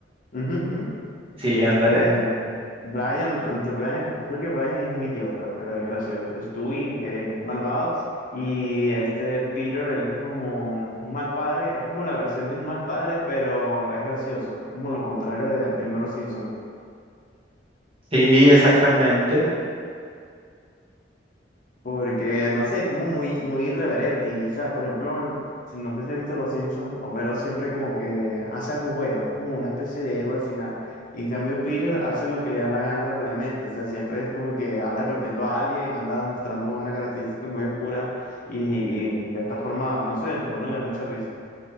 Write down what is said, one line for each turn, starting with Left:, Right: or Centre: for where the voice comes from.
Left: Ujú, ujú.
Right: Sí,
Left: Este,
Right: ándale,
Left: Brian, tanto Brian, creo que Brian es un idiota, pero es gracioso. Stewie es malvado y este Peter, él es como un mal padre, es como la versión de un mal padre, pero es gracioso, como lo contrario de, de Homero Simpson.
Right: Sí, exactamente.
Left: Porque, no sé, es como muy, muy irreverente. Y, ¿sabes? Por ejemplo, en- si no sé si has visto Los Simpsons, Homero siempre como que hace algo bueno, es como una especie de héroe al final. Y en cambio, Peter hace lo que le da la gana realmente. O sea, siempre es como que anda golpeando a alguien, anda mostrando una característica muy oscura. Y, y de esta forma, no sé, a uno le da mucha risa.